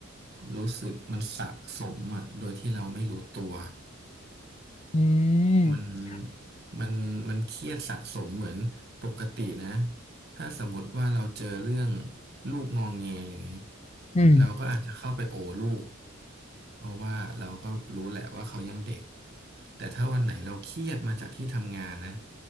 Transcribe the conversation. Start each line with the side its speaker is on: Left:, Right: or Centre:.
Right: รู้สึกมันสะสมอ่ะโดยที่เราไม่รู้ตัว
Left: อืม
Right: มันมันมันเครียดสะสมเหมือนปกตินะ ถ้าสมมติว่าเราเจอเรื่องลูกงองแงอย่างเงี้ย
Left: อืม
Right: เราก็อาจจะเข้าไปโอลูกเพราะว่าเราก็รู้แหละว่าเขายังเด็กแต่ถ้าวันไหนเราเครียดมาจากที่ทำงานนะ